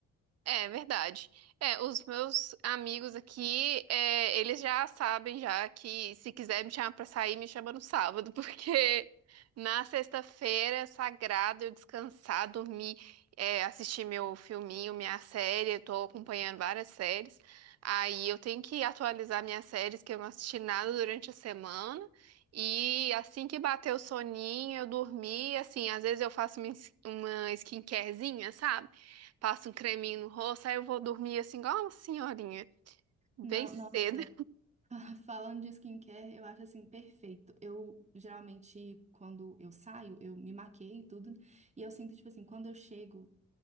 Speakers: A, on the right (about 55°); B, on the right (about 25°).
A: É verdade. É, os meus amigos aqui, é, eles já sabem já que se quiser me chamar pra sair, me chama no sábado, <laughs> porque na sexta-feira, é sagrado, eu descansar, dormir, é, assistir meu filminho, minha série, eu tô acompanhando várias séries. Aí eu tenho que atualizar minhas séries, que eu não assisti nada durante a semana. E assim que bater o soninho, eu dormi, assim, às vezes eu faço uma, uma skincarezinha, sabe? passo um creminho no rosto, aí eu vou dormir assim, igual uma senhorinha, bem
B: Não,
A: cedo.
B: nossa, <laughs> falando de skincare, eu acho assim perfeito. Eu geralmente, quando eu saio, eu me maqueio e tudo, e eu sinto, tipo assim, quando eu chego.